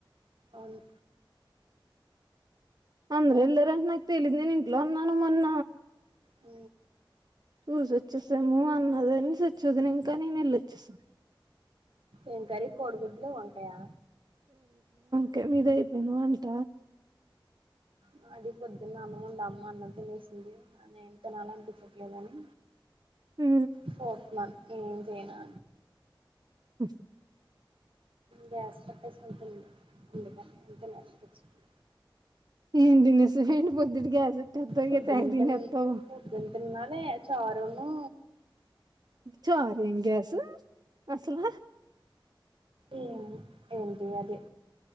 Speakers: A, on the right; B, on the right.
A: అవును
B: అందరు వెళ్ళారంటే నాకు తెలీదు నేను ఇంట్లో ఉన్నాను మొన్న
A: మ్
B: చూసి వచ్చేసాము అన్నదని సిచ్చూ వదిన ఇంకా నేను వెళ్ళొచ్చేసాము
A: ఏం కర్రీ కోడిగుడ్లు వంకాయా
B: కే మీది అయిపోయిందా వంట
A: మాది పొద్దున్న అన్నం ఉంది అమ్మ అన్నం తినేసింది నా నేం తినాలనిపించట్లేదని
B: హు
A: ఫోర్త్ మంత్ ఏం చేయినా
B: మ్
A: గ్యాస్ కట్టేసి ఉంటుంది ముందుగా అందుకే లేనిపచ్చుంది
B: ఏం తినేశావ్ ఏంటి పోదున్న గ్యా ఏదో తెబ్బ పెద్ద
A: పొద్దున
B: తెగ తిన్నట్టో
A: తిన్ పొద్దున తిన్నదే చారును
B: చరేమ్ గ్యాస్సు అసల
A: ఏంది ఏంటి అది